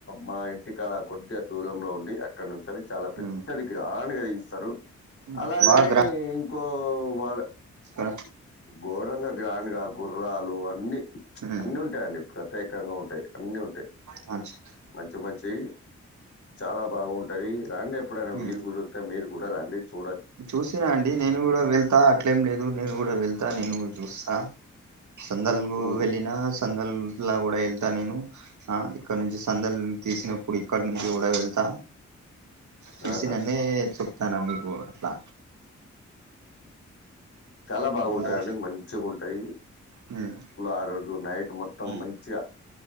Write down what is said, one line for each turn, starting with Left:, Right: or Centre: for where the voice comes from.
Left: మా ఇటికాడ కొద్దిగా దూరంలో ఉండి అక్కడ నుంచి చాలా పెద్దది
Right: ఉమ్
Left: గ్రాండ్ గా ఇస్తారు
Right: ఉమ్.
Left: అలాగనే
Right: బాగా
Left: ఇంకో వాళ్ళ
Right: స
Left: ఘోరంగా గ్రాండ్ గా గుర్రాలు అని అన్ని
Right: ఉమ్
Left: అన్ని ఉంటాయిండి ప్రత్యేకంగా ఉంటాయి అన్ని ఉంటాయి
Right: మంచిది
Left: మంచి మంచి చాలా బాగుంటది రాండి ఎప్పుడైనా
Right: ఉమ్
Left: వీలు కుదుర్ తే మీరు కూడా రాండి చూడ
Right: చూసినా అండి నేను కూడా వెళ్తా అట్లేం లేదు నేను కూడా వెళ్తా నేను చూస్తా సందల్గు
Left: హ్మ్.
Right: వెళ్ళిన సందలా కూడా వెళ్తా నేను ఆ ఇక్కడ నుంచి సందలు తీసినప్పుడు ఇక్కడ నుంచి కూడా వెళ్తా చూసి
Left: ఆహా!
Right: నన్నే చెప్తాన మీకు అట్లా
Left: చాలా బాగుంటాయి
Right: ఇంకా
Left: అండి మంచిగా ఉంటాయి
Right: ఉమ్
Left: ఆ రోజు నైట్ మొత్తం
Right: ఉమ్
Left: మంచిగా